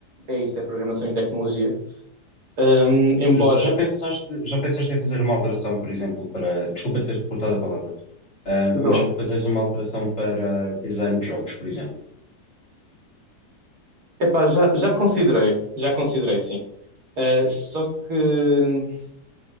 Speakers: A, on the right; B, on the left.
A: é isto, é programação e tecnologia. Ahm, embora,
B: J- Já pensaste, já pensaste em fazer uma alteração, por exemplo, para. Desculpa ter-te cortado a palavra, ah, mas
A: sem problema.
B: fazeres uma alteração para design de jogos, por exemplo.
A: Epá, já, já considerei, já considerei, sim. Ah, só que hum,